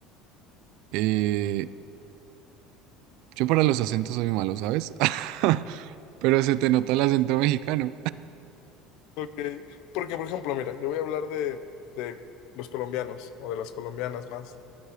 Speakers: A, on the right; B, on the left.
A: Eh, yo para los acentos soy malo, ¿sabes? <laughs> Pero se te nota el acento mexicano.
B: Ok, porque por ejemplo, mira, yo voy a hablar de, de los colombianos o de las colombianas más,